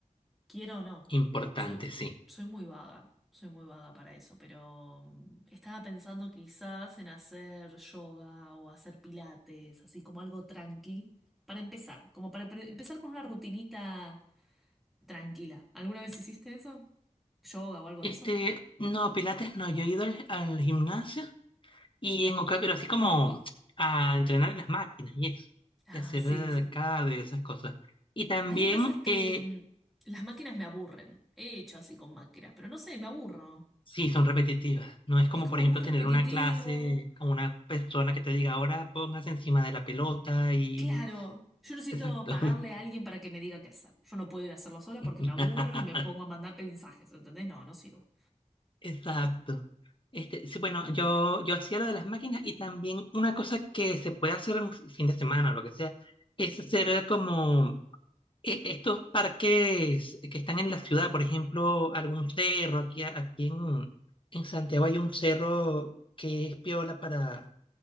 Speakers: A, in the centre; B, on the left (about 40°).
A: Quiero o no,
B: importante,
A: soy,
B: sí.
A: soy muy vaga, soy muy vaga para eso, pero mm, estaba pensando quizás en hacer yoga o hacer pilates, así como algo tranqui, para empezar, como para pre- empezar con una rutinita tranquila. ¿Alguna vez hiciste eso? ¿Yoga o algo
B: Este,
A: de eso?
B: no, Pilates no, yo he ido al, al gimnasio y en oca- pero así como a entrenar en las máquinas y eso,
A: Ah,
B: y hacer
A: sí,
B: eh,
A: sí.
B: cada de esas cosas. Y también
A: A mí me pasa que
B: eh,
A: mm, las máquinas me aburren. He hecho así con máquinas, pero no sé, me aburro.
B: Sí, son repetitivas. No es
A: Es
B: como,
A: como
B: por ejemplo,
A: muy repetitivo.
B: tener una clase con una persona que te diga, ahora póngase encima de la pelota y...
A: Claro, yo necesito
B: Exacto.
A: pagarle a alguien para que me diga qué hacer. Yo no puedo ir a hacerlo sola
B: <laughs>
A: porque me aburro y me pongo a mandar mensajes, ¿entendés? No, no sirvo.
B: Exacto. Este, sí, bueno, yo, yo hacía lo de las máquinas y también una cosa que se puede hacer en un fin de semana o lo que sea, es hacer como e- estos parques que están en la ciudad, por ejemplo, algún cerro, aquí, aquí en, en Santiago hay un cerro que es piola para,